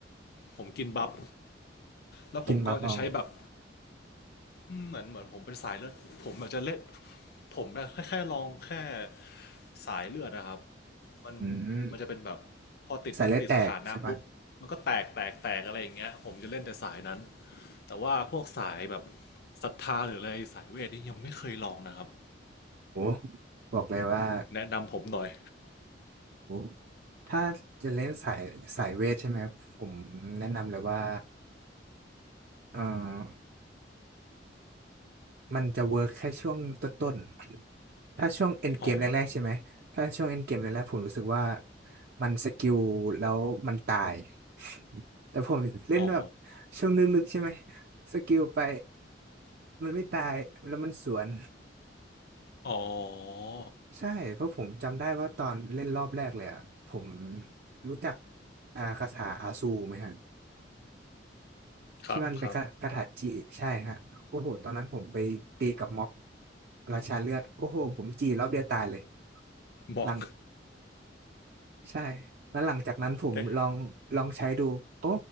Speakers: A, on the left (about 60°); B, on the right (about 55°).
A: ผมกินบัฟแล้วผมก็จะใช้แบบ
B: กินบัฟเอา
A: อืมเหมือนเหมือนผมเป็นสายเลือดผมอาจจะเล่นผมนะแค่แค่ลองแค่สายเลือดนะครับมัน
B: อืม
A: มันจะเป็นแบบพอติดติดสถานะปุ๊บมันก็แตกแตกแตกอะไรอย่างเงี้ยผมจะเล่นแต่สายนั้น
B: สายเลือดแตกใช่ปะ
A: แต่ว่าพวกสายแบบศรัทธาหรืออะไรสายเวทนี่ยังไม่เคยลองนะครับ
B: โอ้บอกเลยว่า
A: แนะนำผมหน่อย
B: โอ้ถ้าจะเล่นสายสายเวทใช่ไหมครับผมแนะนำเลยว่าเอ่อ มันจะเวิร์กแค่ช่วงต้นๆถ้าช่วงเอ็นเกมแรกๆใช่ไหมถ้าช่วงเอ็นเกมแรกๆผมรู้สึกว่า
A: อ๋อ
B: มันสกิลแล้วมันตาย <laughs> แต่ผมเล่นแบบ
A: อ๋อ
B: ช่วงลึกๆใช่ไหมสกิลไปมันไม่ตายแล้วมันสวน
A: อ๋อ
B: ใช่ เพราะผมจำได้ว่าตอนเล่นรอบแรกเลยอะผมรู้จักอ่าคาถาอาซูไหมฮะ
A: ครับครับ
B: ที่มันเป็นคาคาถาจิใช่ฮะโอ้โหตอนนั้นผมไปตีกับม็อกราชาเลือดโอ้โหผมจีรอบเดียวตายเลย
A: บอก
B: หลังใช่แล้วหลังจากนั้นผมลองลองใช้ดูโอ้
A: ได้